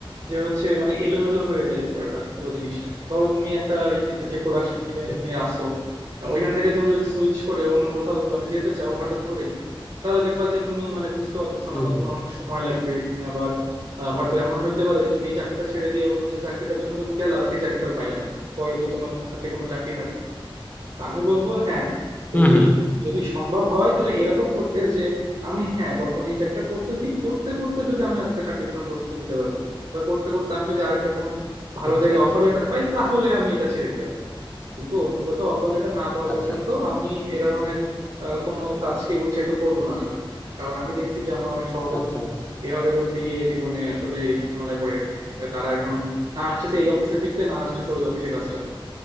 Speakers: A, on the right; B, on the left.
A: যে হচ্ছে মানে এলোমেলো হয়ে যায় পুরোটা পুরো জিনিসটা ধরো তুমি একটা ইঞ্জি- যে প্রোডাকশন ইঞ্জিনিয়ারিং
B: আচ্ছা আচ্ছা
A: এ আসো ওইখান থেকে তুমি যদি সুইচ করে অন্য কোথাও মানে যেতে চাও হঠাৎ করেই তাহলে দেখবা যে তুমি মানে বুঝতে পারতেছো
B: হুম
A: না বা
B: হুম
A: তোমার অনেক সময় লাগবে তুমি আবার আহ, হয়তো এমন হইতে পারে যে তুমি এই চাকরিটা ছেড়ে দিয়ে অন্য যে চাকরিটার জন্য গেলা সেই চাকরিটাও পাইলা না পরে তো তোমার হাতে কোনো চাকরি থাকলো না। তো আমি বলবো হ্যাঁ যদি
B: হুম হুম
A: যদি সম্ভব হয় তাহলে এরকম করতে যে আমি হ্যাঁ বর্তমানে এই চাকরিটা করতেছি করতে করতে যদি আমি আরেকটা চাকরির জন্য প্রস্তুতি নিতে পারি বা করতে করতে আমি যদি আরেকটা কোনো ভালো
B: আচ্ছা
A: জায়গায়
B: আচ্ছা
A: অফার লেটার পাই তাহলে আমি এটা ছেড়ে দিতে পারি কিন্তু অন্য কোথাও অফার লেটার না পাওয়া
B: আচ্ছা
A: পর্যন্ত আমি এ ধরনের আহ, কোনো কাজকে উৎসাহিত করব না আসলে কারণ আমি দেখছি যে আমার অনেক সহকর্মী
B: আচ্ছা
A: এভাবে করতে গিয়ে জীবনে আসলে ঝামেলায় পড়ে গেছে তারা এখন না আসতেছে এই অফিসে ফিরতে না আসতেছে ওই অফিসে কাজটা করতে